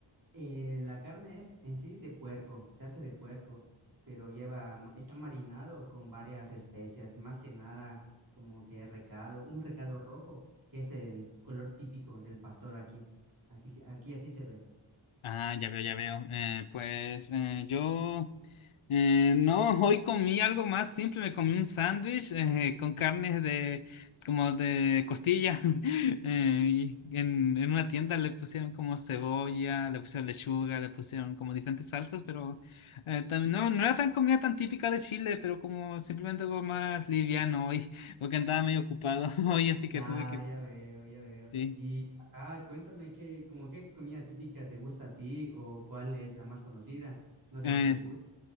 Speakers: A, on the right (about 45°); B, on the left (about 85°).
A: Eh, la carne es en sí de puerco, se hace de puerco, pero lleva, ma- está marinado con varias especias, más que nada como que recado, un recado rojo, que es el color típico del pastor aquí. Aquí, sí- aquí así se ve.
B: Ah, ya veo, ya veo. Eh, pues eh, yo eh, no, hoy comí algo más simple, me comí un sándwich eh, con carnes de como de costilla. <laughs> Eh, y en, en una tienda le pusieron como cebolla, le pusieron lechuga, le pusieron como diferentes salsas, pero eh, tam- no, no era tan comida tan típica de Chile, pero como simplemente algo más liviano hoy, porque andaba medio ocupado <laughs> hoy, así
A: Ya,
B: que tuve que...
A: ya veo, ya veo.
B: Sí.
A: Y ajá, cuéntame qué, como qué comida típica te gusta a ti o cuál es la más conocida. No sé
B: eh,
A: si te gusta